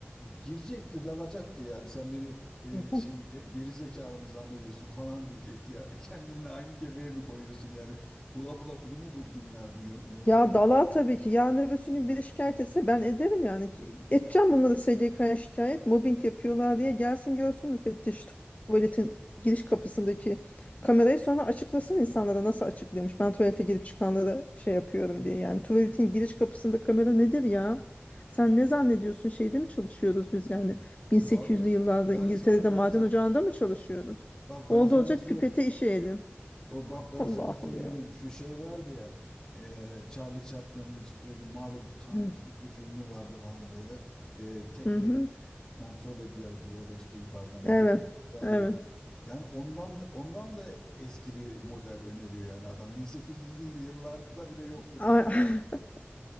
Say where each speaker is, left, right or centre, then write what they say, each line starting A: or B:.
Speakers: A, on the left; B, on the left.
A: girecekti, dalacaktı yani. Sen beni e,
B: Hı
A: şey
B: hı.
A: mi ge- geri zekalı mı zannediyorsun falan diyecekti yani. <laughs> Kendinle aynı kefeye mi koyuyorsun yani? Bula bula bunu mu buldun yani bu yö- yöntemi?
B: Ya
A: Nasıl-
B: dala tabii ki. Yarın öbürsü
A: He,
B: gün biri şikayet etse ben ederim yani. Ç- Edeceğim bunları SGK'ya şikayet. Mobbing yapıyorlar diye gelsin görsün müfettiş tuvaletin giriş kapısındaki kamerayı sonra açıklasın insanlara nasıl açıklıyormuş. Ben tuvalete girip çıkanlara şey yapıyorum diye. Yani tuvaletin giriş kapısında kamera nedir ya? Sen ne zannediyorsun şeyde mi çalışıyoruz biz yani? 1800'lü
A: abi
B: yıllarda
A: ben
B: İngiltere'de
A: sana ben
B: maden
A: sana
B: ocağında mı çalışıyoruz?
A: bak ben
B: Oldu
A: sana
B: olacak
A: sö-
B: pipete işeyelim.
A: o bak
B: <laughs>
A: ben
B: Allah'ım
A: sana söyleyeyim
B: ya.
A: şu şey vardı ya e, Charlie Chaplin'in işte The Modern Times
B: Hı
A: diye bir filmi vardı falan böyle E, tek
B: hı. hı.
A: tek kontrol ediyordu böyle işte yukarıdan
B: Evet.
A: The Big Brother
B: Evet.
A: bu. yani ondan da, ondan da eski bir model öneriyor yani adam 1800'lü yıllarda bile yoktur
B: A-
A: yani böyle bir
B: <laughs>
A: şey.